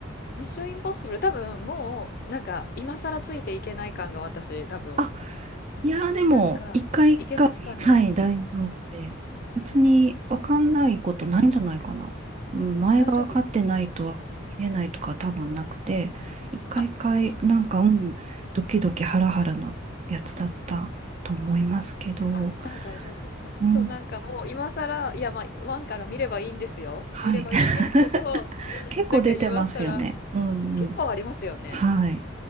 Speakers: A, on the left; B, on the right.
A: ミッションインポッシブル、多分もう、なんか、今更ついていけない感が私、多分。
B: あ、いやーでも、
A: なんか、
B: 一回一回、
A: いけますかね
B: はい、大丈夫で、別にわかんないことないんじゃないかな。
A: なんか
B: うん前が分かってないと見れないとか多分なくて、
A: 大丈夫ですかね
B: 一回一回、
A: あ、そうなんです。
B: なんか、うん、ドキドキハラハラなやつだったと思いますけど、
A: あ、じゃあ大丈夫ですかね。
B: うん、
A: そう、なんかもう今更、いや、まあ、ワンから見ればいいんですよ。
B: はい。
A: 見ればいいんですけど、
B: <laughs> 結構出てますよね。
A: なんか今更、
B: うんうん。
A: 結構ありますよね。
B: はい。